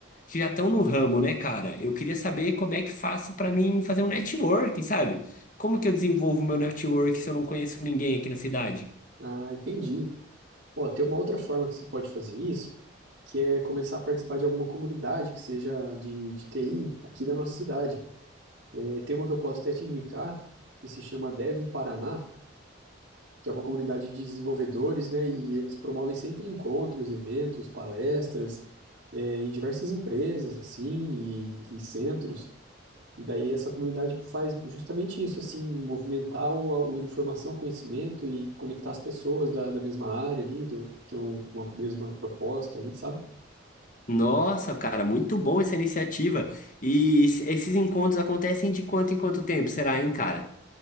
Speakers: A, on the left; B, on the right.
A: que já estão no ramo, né, cara? Eu queria saber como é que faço pra mim fazer um network, sabe? Como que eu desenvolvo meu network se eu não conheço ninguém aqui na cidade?
B: Ah, entendi. Ó, tem uma outra forma que você pode fazer isso, que é começar a participar de alguma comunidade que seja de, de TI aqui da nossa cidade. É, tem uma que eu posso até te indicar, que se chama Dev Paraná, que é uma comunidade de desenvolvedores, né? E eles promovem sempre encontros, eventos, palestras, é, em diversas empresas, assim, e, e centros. E daí essa comunidade faz justamente isso, assim, movimentar o, a informação, o conhecimento e conectar as pessoas da, da mesma área ali, do, que tem um- uma mesma proposta ali, sabe?
A: Nossa, cara, muito bom essa iniciativa. E es- esses encontros acontecem de quanto em quanto tempo, será, hein, cara?